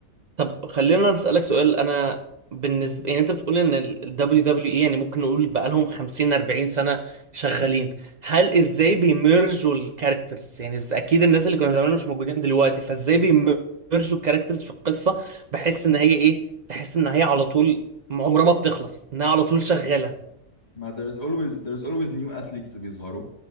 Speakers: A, on the right (about 50°); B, on the left (about 30°).
A: طب خلينا نسألك سؤال انا بالنسبه يعني انت بتقول ان ال دبليو دبليو اي يعني ممكن نقول بقالهم 50 40 سنه شغالين هل ازاي بيمرجوا الكاركترز يعني إز- اكيد الناس اللي كانوا زمان مش موجودين دلوقتي فازاي بيمرجوا الكاركترز في القصه بحيث ان هي ايه تحس ان هي على طول عمرها ما بتخلص انها على طول شغاله
B: ما there's always there's always new athletes بيظهروا